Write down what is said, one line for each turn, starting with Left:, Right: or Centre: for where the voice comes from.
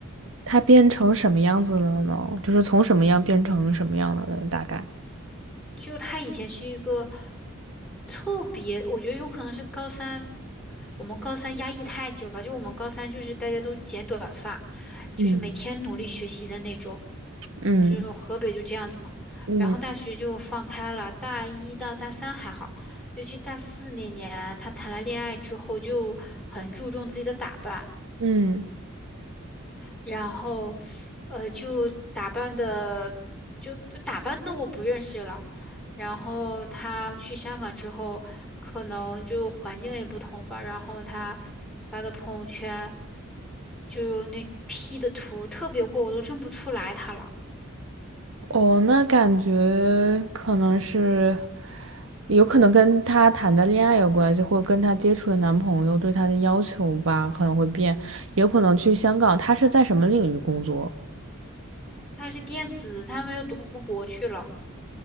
Right: 他变成什么样子了呢？就是从什么样变成什么样了呢？大概，
Centre: 就他以前是一个特别，我觉得有可能是高三，我们高三压抑太久了，就我们高三就是大家都剪短发，就是每天努力学习的那种，
Right: 嗯嗯
Centre: 就河北就这样子嘛。
Right: 嗯
Centre: 然后大学就放开了，大一到大三还好，尤其大四那年，他谈了恋爱之后就很注重自己的打扮，
Right: 嗯，
Centre: 然后，呃，就打扮的，就就打扮的我不认识了。然后他去香港之后，可能就环境也不同吧。然后他发的朋友圈，就那 P 的图特别过，我都认不出来他了。
Right: 哦，那感觉可能是有可能跟他谈的恋爱有关系，或者跟他接触的男朋友对他的要求吧，可能会变，也有可能去香港。他是在什么领域工作
Centre: 他是电子，他们又读博去了。